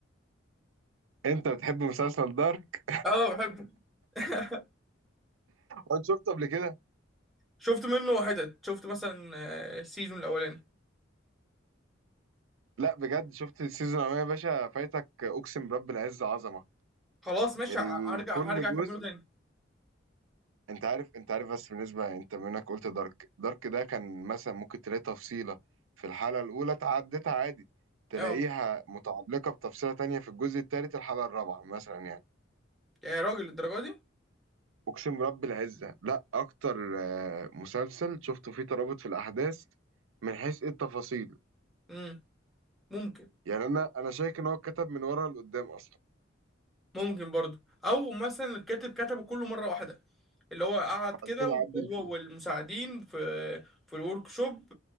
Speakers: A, on the right (about 85°); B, in the centre.
A: انت بتحب مسلسل دارك
B: اه بحبه <laughs>
A: وانت شفته قبل كده
B: شفت منه حتت شفت مثلا آه، السيزون الأولاني
A: لا بجد شفت السيزون الاولاني يا باشا فايتك اقسم برب العز عظمه
B: خلاص ماشي
A: ال-
B: ه- هرجع
A: كل
B: هرجع
A: جزء
B: أكمله تاني
A: انت عارف انت عارف بس بالنسبه انت منك قلت دارك دارك ده كان مثلا ممكن تلاقي تفصيله في الحلقه الاولى تعدتها عادي تلاقيها
B: اه
A: متعلقه بتفصيله تانية في الجزء الثالث الحلقه الرابعه مثلا يعني
B: يا راجل الدرجة دي
A: اقسم برب العزه لا اكتر آه، مسلسل شفته فيه ترابط في الاحداث من حيث ايه التفاصيل
B: مم. ممكن
A: يعني انا انا شايف ان هو اتكتب من ورا لقدام اصلا
B: ممكن برضه او مثلا الكاتب كتبه كله مره واحده اللي هو قعد كده
A: بعد كده عدل
B: وهو
A: فيه
B: والمساعدين في في الورك شوب